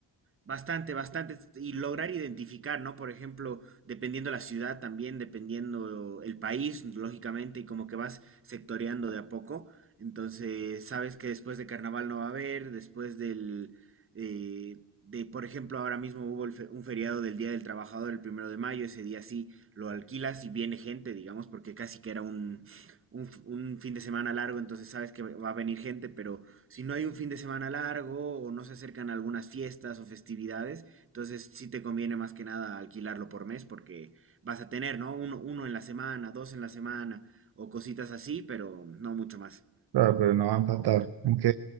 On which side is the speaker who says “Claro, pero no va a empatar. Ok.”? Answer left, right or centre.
Right